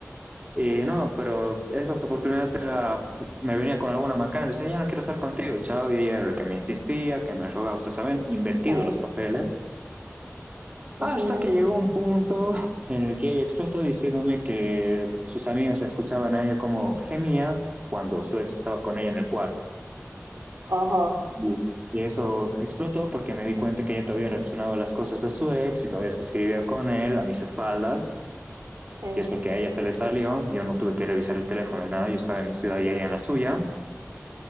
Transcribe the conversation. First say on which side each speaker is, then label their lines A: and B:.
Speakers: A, on the right; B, on the right.
A: Y no, pero esas oportunidades era, me venía con alguna macana, le decía, ya no quiero estar contigo, y chao, y ella era el que me insistía, que me rogaba, ustedes saben, invertido
B: Sí.
A: los papeles,
B: ujú,
A: hasta que llegó un punto en el que ella explotó diciéndome que sus amigas la escuchaban a ella como gemía cuando su ex estaba con ella en el cuarto.
B: Ajá,
A: Uh, Y eso explotó porque me di cuenta que ella todavía reaccionaba a las cosas de su ex y todavía se escribía con él a mis espaldas.
B: sí,
A: Y es porque a ella se le salió, yo no tuve que revisar el teléfono ni nada, yo estaba en mi ciudad y ella en la suya.